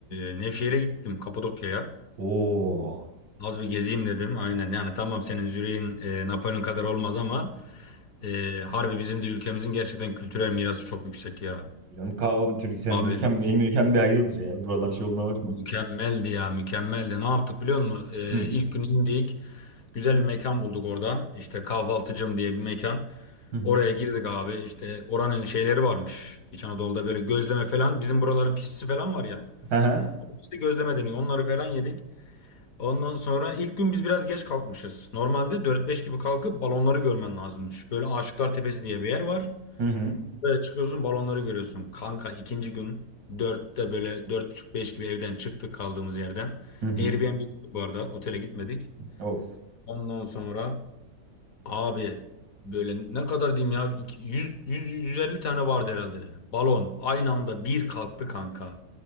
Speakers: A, on the left; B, on the right.
A: E, Nevşehir'e gittim. Kapadokya'ya.
B: Oo.
A: Az bir gezeyim dedim. Aynen yani tamam senin Zürih'in e, Napolyon kadar olmaz ama e, harbi bizim de ülkemizin gerçekten kültürel mirası çok yüksek ya.
B: Canım kahve Türksem
A: Abi
B: ülkem benim ülkem bir ayrıdır ya. Buralar şey olduğuna bakma.
A: mükemmeldi ya mükemmeldi. Ne yaptık biliyor musun? E,
B: Hı.
A: ilk gün indik. Güzel bir mekan bulduk orada. İşte kahvaltıcım diye bir mekan.
B: Hı
A: Oraya girdik abi. İşte oranın şeyleri varmış. İç Anadolu'da böyle gözleme falan. Bizim buraların pişisi falan var ya.
B: hı. <laughs>
A: İşte gözleme deniyor. Onları falan yedik. Ondan sonra ilk gün biz biraz geç kalkmışız. Normalde dört beş gibi kalkıp balonları görmen lazımmış. Böyle Aşıklar Tepesi diye bir yer var.
B: Hı hı.
A: Böyle çıkıyorsun balonları görüyorsun. Kanka ikinci gün 4'te böyle dört buçuk beş gibi evden çıktık kaldığımız yerden.
B: Hı hı.
A: Airbnb tuttuk bu arada otele gitmedik.
B: Of.
A: Ondan sonra abi böyle ne kadar diyeyim ya iki- yüz yüz yüz elli tane vardı herhalde. Balon aynı anda bir kalktı kanka.